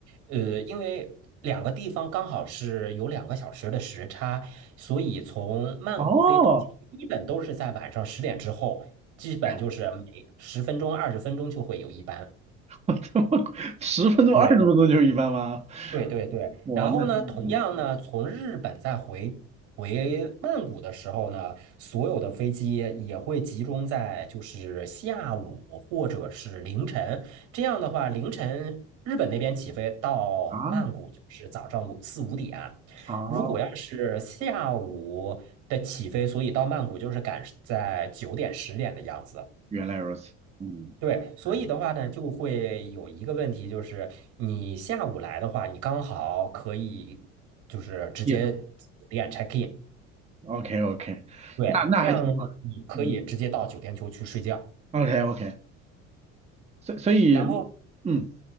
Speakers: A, on the right; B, on the right.
A: 呃，因为两个地方刚好是有两个小时的时差，所以从曼谷飞东京，
B: 哦，
A: 基本都是在晚上十点之后，基本就是每十分钟、
B: 然
A: 二十分钟就会有一班。
B: 后这么快十分钟、
A: 对，
B: 二十分钟就是一般吗？
A: 对对对，
B: 哇，
A: 然后呢，
B: 那真的
A: 同样呢，从日本再回回曼谷的时候呢，所有的飞机也会集中在就是下午或者是凌晨。这样的话，凌晨日本那边起飞到曼谷就是早上五四五点，
B: 啊。啊，
A: 如果要是下午的起飞，所以到曼谷就是赶在九点十点的样子。
B: 原来如此，嗯，
A: 对，所以的话呢，
B: 嗯
A: 就会有一个问题，就是你下午来的话，你刚好可以就是直接酒店
B: 夜生
A: check in，
B: o k OK，
A: 对，
B: 那那还挺好的，
A: 这样你可以直接到酒店就去睡觉。
B: 嗯，OK OK，所以所以，
A: 然后，
B: 嗯